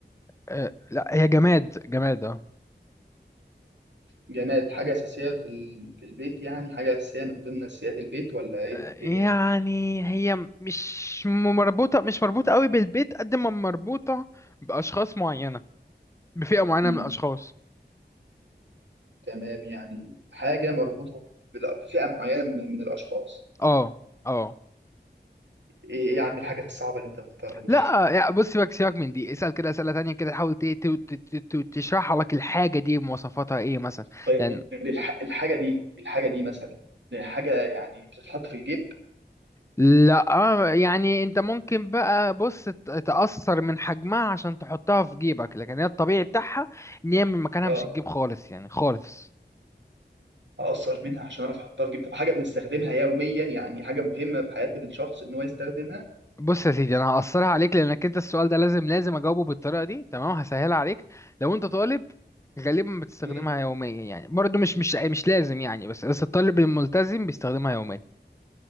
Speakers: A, on the left; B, on the right.
A: آه، لا هي جماد جماد اه
B: جماد حاجه اساسيه في ال- في البيت يعني حاجه اساسيه من ضمن اساسيات البيت ولا ايه
A: آه، يعني
B: الدنيا
A: هي م- مش م- مربوطة مش مربوطة قوي بالبيت قد ما مربوطة بأشخاص معينة بفئة معينة
B: <laughs> مم.
A: من الأشخاص
B: تمام يعني حاجه مربوطه بلا- بفئه معينه من من الاشخاص
A: اه اه
B: ايه إيه يا عم الحاجه الصعبه اللي انت مختارها دي
A: لا يعني بص سيبك سيبك من دي اسأل كده أسئلة تانية كده حاول ت- ت- ت- ت- ت- تشرح لك الحاجة دي مواصفاتها ايه مثلا
B: طيب
A: لأن
B: الح- الحاجة دي الحاجة دي مثلا دي حاجة يعني بتتحط في الجيب
A: لا آه، يعني انت ممكن بقى بص ت- تأثر من حجمها عشان تحطها في جيبك لكن هي الطبيعي بتاعها ان هي من مكانها
B: اه
A: مش تجيب خالص يعني خالص
B: أقصر منها عشان أعرف أحطها في الجيب طب حاجة بنستخدمها يوميا يعني حاجة مهمة في حياة الشخص إن هو يستخدمها
A: بص يا سيدي انا هقصرها عليك لانك انت السؤال ده لازم لازم اجاوبه بالطريقه دي تمام هسهلها عليك لو انت طالب غالبا بتستخدمها
B: مم.
A: يوميا يعني برضه مش مش مش لازم يعني بس بس الطالب الملتزم بيستخدمها يوميا